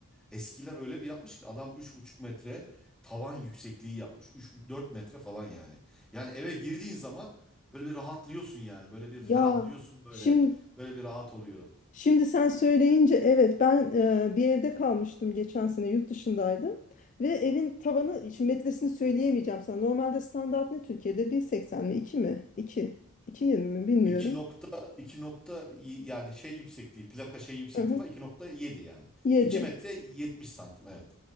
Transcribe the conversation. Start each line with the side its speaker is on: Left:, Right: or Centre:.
Centre: Eskiler öyle bir yapmış ki adam üç buçuk metre tavan yüksekliği yapmış. 3 dört metre falan yani. Yani eve girdiğin zaman böyle bir rahatlıyorsun yani. Böyle bir ferahlıyorsun
Left: Ya
Centre: böyle.
Left: şimdi
Centre: Böyle bir rahat oluyor.
Left: Şimdi sen söyleyince evet ben e, bir evde kalmıştım geçen sene yurt dışındaydım ve evin tavanı şimdi metresini söyleyemeyeceğim sana. Normalde standart ne Türkiye'de bir seksen mi 2 mi iki iki yirmi mi bilmiyorum.
Centre: 2 nokta 2 nokta y- yani şey yüksekliği plaka şey yüksekliği
Left: Hı hı.
Centre: falan iki nokta yedi yani.
Left: 7.
Centre: 2 metre 70 santim evet.